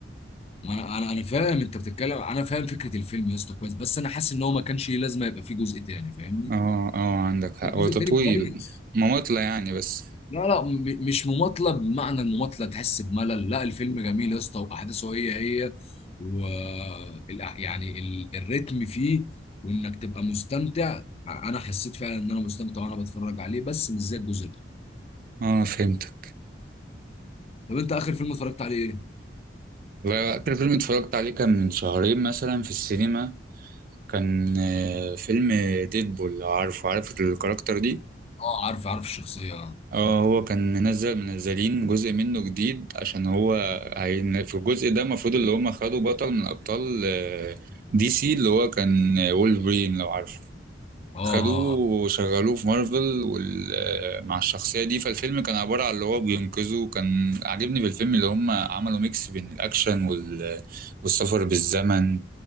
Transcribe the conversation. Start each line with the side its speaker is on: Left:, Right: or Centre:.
Left: ما انا انا انا فاهم انت بتتكلم انا فاهم فكره الفيلم يا اسطى كويس بس انا حاسس ان هو ما كانش ليه لازمه يبقى فيه جزء تاني فاهمني
Right: اه اه عندك حق
Left: في الجزء
Right: هو طويل
Left: التاني كويس
Right: مماطلة يعني بس
Left: لا لا م- مش مماطله بمعنى المماطله تحس بملل لا الفيلم جميل يا اسطى واحداثه هي هي و الأ- يعني ال- الريتم فيه وانك تبقى مستمتع انا حسيت فعلا ان انا مستمتع وانا بتفرج عليه بس مش زي الجزء الاول
Right: اه فهمتك
Left: طب انت اخر فيلم اتفرجت عليه ايه
Right: والله آخر فيلم اتفرجت عليه كان من شهرين مثلا في السينما كان آه، فيلم ديدبول لو عارفه عارف الكاركتر دي
Left: اه عارف عارف الشخصيه اه
Right: اه هو كان منزل منزلين جزء منه جديد عشان هو هين في الجزء ده المفروض اللي هم خدوا بطل من أبطال آه، دي سي اللي هو كان آه، وولفرين لو عارفه
Left: اه
Right: خدوه
Left: اه
Right: وشغلوه في مارفل وال... آه، مع الشخصية دي فالفيلم كان عبارة عن اللي هو بينقذه وكان عاجبني بالفيلم اللي هم عملوا ميكس بين الأكشن وال... والسفر بالزمن